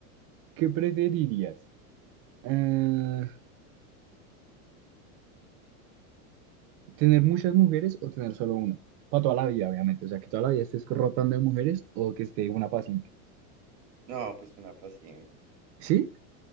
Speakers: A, on the right (about 30°); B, on the right (about 55°).
A: ¿Qué preferirías? Ah, ¿tener muchas mujeres o tener solo una? Para toda la vida, obviamente. O sea, que toda la vida estés rotando de mujeres o que esté una para siempre.
B: no, pues una para siempre.
A: ¿Sí?